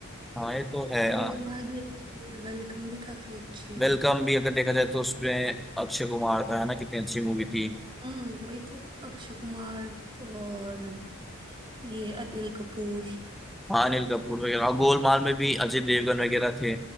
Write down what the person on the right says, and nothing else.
गोलमाल भी अच्छी है वेलकम भी काफी अच्छी
है
हम्म वही तो अक्षय कुमार और ये अनिल कपूर
हम्म।